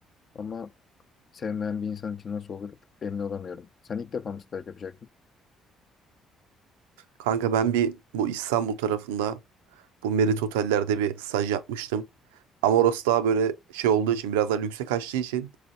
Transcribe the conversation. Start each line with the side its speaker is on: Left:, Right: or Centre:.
Left: Ama sevmeyen bir insan için nasıl olur emin olamıyorum. Sen ilk defa mı staj yapacaktın?
Right: Kanka ben bir bu İstanbul tarafında Bu Merit Oteller'de bir staj yapmıştım. Ama orası daha böyle şey olduğu için biraz daha lükse kaçtığı için